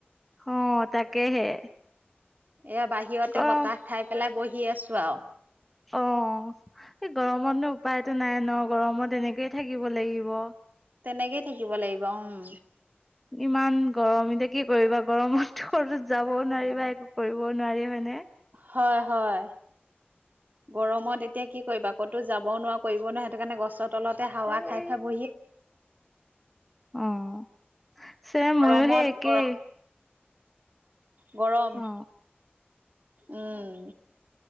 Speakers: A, in the centre; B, on the right (about 50°).
A: অ' তাকেহে।
B: এয়া বাহিৰতে
A: গৰম
B: বতাহ খাই পেলাই বহি আছোঁ আৰু।
A: অ' এই গৰমতনো উপায়টো নাই ন'? গৰমত এনেকেই থাকিব লাগিব।
B: তেনেকেই থাকিব লাগিব, উম।
A: ইমান গৰম এতিয়া কি কৰিবা, গৰমততো ক'তো যাবওঁ নোৱাৰি বা একো কৰিবও নোৱাৰি হয়নে?
B: হয়, হয়। গৰমত এতিয়া কি কৰিবা, ক'তো যাবওঁ নোৱাৰা, কৰিব নোৱাৰা সেইটো কাৰণে গছৰ তলতে হাৱা
A: এই
B: খাই খাই বহি
A: অ' ছেম
B: গৰমত
A: ময়ো সেই একেই।
B: গৰম গৰম।
A: অ
B: উম,